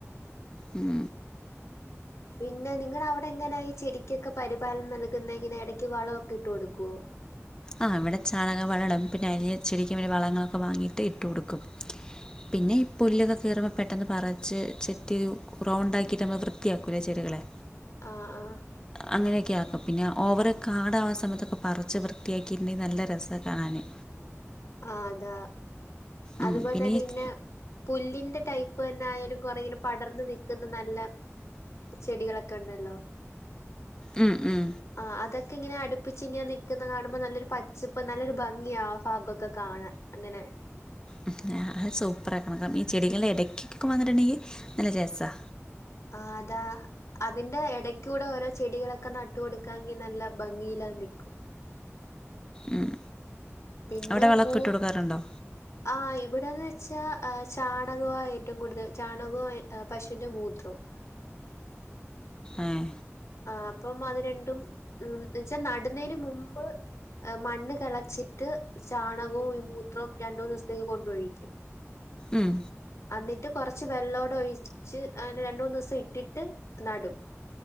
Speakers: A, on the left (about 15°); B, on the left (about 75°).
A: ഉം.
B: പിന്നെ നിങ്ങടവടെ എങ്ങനാ ഈ ചെടിക്കൊക്കെ പരിപാലനം നൽകുന്നെ ഇങ്ങനെ എടക്ക് വളം ഒക്കെ ഇട്ട് കൊടുക്കോ?
A: ആഹ് ഇവിടെ ചാണകം വളടും പിന്നെ അയ്ന് ചെടിക്ക് വേണ്ടി വളങ്ങളൊക്കെ വാങ്ങിയിട്ട് ഇട്ട് കൊടുക്കും. പിന്നെ ഈ പുല്ലൊക്കെ കേറുമ്പോ പെട്ടെന്ന് പറച്ച് ചെത്തി റൗണ്ടാക്കിയിട്ട് നമ്മൾ വൃത്തിയാക്കൂലേ ചെടികളെ.
B: ആഹ് ആഹ്.
A: അങ്ങനെക്കെയാക്കും. പിന്നെ ഓവറ് കാടാവാൻ സമയത്തൊക്കെ പറിച്ച് വൃത്തിയാ ക്കിര്നി നല്ല രസാ കാണാന്.
B: ആഹ് അതാ
A: ഉം,
B: അതുപോലെ
A: പിന്നെ
B: തന്നെ
A: ഈ
B: ഇങ്ങനെ പുല്ലിന്റെ ടൈപ്പ് തന്നെ ആയാലും കൊറേ ഇങ്ങനെ പടർന്ന് നിക്ക്‌ന്ന നല്ല ചെടികളൊക്കെ ഉണ്ടല്ലോ.
A: ഉം ഉം.
B: ആഹ് അതൊക്കെ ഇങ്ങനെ അട്പ്പിച്ചിങ്ങനെ നിക്ക്‌ന്ന കാണുമ്പം നല്ലൊരു പച്ചപ്പ് നല്ലൊരു ഭംഗിയാ ആ ഭാഗം ഒക്ക കാണാ അങ്ങനെ.
A: ഉം. അത് സൂപ്പറാക്കണം കാരണം ഈ ചെടികളെ എടക്കൊക്കെ വന്ന്ട്ട്ണ്ടെങ്കി നല്ലരസാ.
B: ആഹ് അതാ അതിന്റെ എട ക്ക്യൂടെ ഓരോ ചെടികളൊക്കെ നട്ട് കൊടുക്കാങ്കി നല്ല ഭംഗിയിലത് നിക്കും.
A: ഉം.
B: പിന്നെ
A: അവ്ടെ വളം
B: പൂ
A: ഒക്കെ ഇട്ട് കൊട്ക്കാറ്ണ്ടോ?
B: ആഹ് ഇവ്ടെന്ന് വെച്ചാ ഏഹ് ചാണകവാ ഏറ്റവും കൂടുതൽ ചാണകോം പശുവിന്റെ മൂത്രോം.
A: ഏഹ്.
B: ആഹ് അപ്പം അത് രണ്ടും ഉം എന്ന് വെച്ചാ നട്ന്നേന് മുമ്പ് എഹ് മണ്ണ് കെളച്ചിട്ട് ചാണകോം ഈ മൂത്രോം രണ്ടൂന്ന് ദിവസത്തേക്ക് കൊണ്ടൊഴിക്കും.
A: ഉം
B: അന്നിട്ട് കൊറച്ച് വെള്ളൂടെ ഒഴിച്ച് അങ്ങനെ രണ്ടു മൂന്നൂസം ഇട്ടിട്ട് നടും.